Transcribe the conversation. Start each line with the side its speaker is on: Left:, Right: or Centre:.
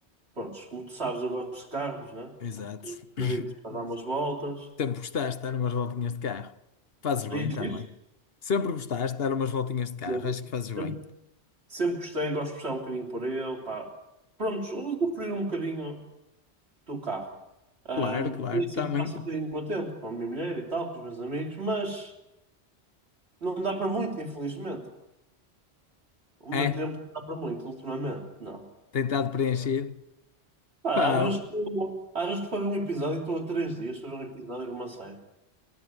Right: pronto, como tu sabes, eu gosto de carros, né?
Left: exato.
Right: Tenho um
Left: <coughs>
Right: carrito para
Left: <clears throat>
Right: dar umas voltas,
Left: Sempre gostaste de dar umas voltinhas de carro. Fazes
Right: diz
Left: bem também.
Right: isto,
Left: Sempre gostaste de dar umas voltinhas de carro,
Right: sempre,
Left: acho que fazes
Right: sempre,
Left: bem.
Right: sempre gostei, gosto de puxar um bocadinho por ele, pá, pronto, usufruir um bocadinho. do carro. Ahm,
Left: Claro, claro,
Right: e é assim
Left: também.
Right: que passo um bocadinho do meu tempo, com a minha mulher e tal, com os meus amigos, mas não dá para muito, infelizmente. O meu
Left: É,
Right: tempo não dá para muito, ultimamente, não.
Left: tem estado preenchido.
Right: Pá,
Left: Pá,
Right: às vezes, estou- às vezes para ver um episódio estou a três dias para ver um episódio de uma série.